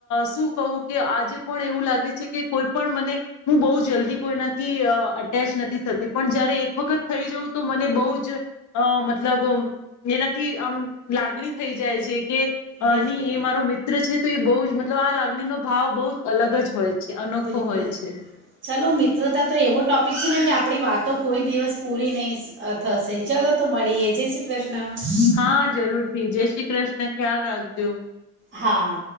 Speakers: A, on the left (about 70°); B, on the right (about 40°).
A: શું કહું કે આજે પણ એવું લાગે છે કે કોઈ પણ મને હું બહુ જલ્દી કોઈનાથી અટેચ નથી થતી પણ, જયારે એક વખત થઈ જઉં તો મને બહુ જ મતલબ એનાથી આમ લાગણી થઈ જાય છે. કે
B: બિલકુલ
A: ની એ મારો મિત્ર છે. તો એ બહુ જ મતલબ આ લાગણીનો ભાવ બહુ જ અલગ જ હોય છે. અનોખો
B: બિલકુલ
A: હોય છે.
B: ચાલો મિત્રતા તો એવો ટોપિક છે ને કે આપણી વાતો કોઈ દિવસ પૂરી નહીં અહ થશે, ચલો તો મળીએ. જય શ્રી કૃષ્ણ
A: હા જરૂર થી, જય શ્રી કૃષ ને ખ્યાલ રાખજો.
B: હા.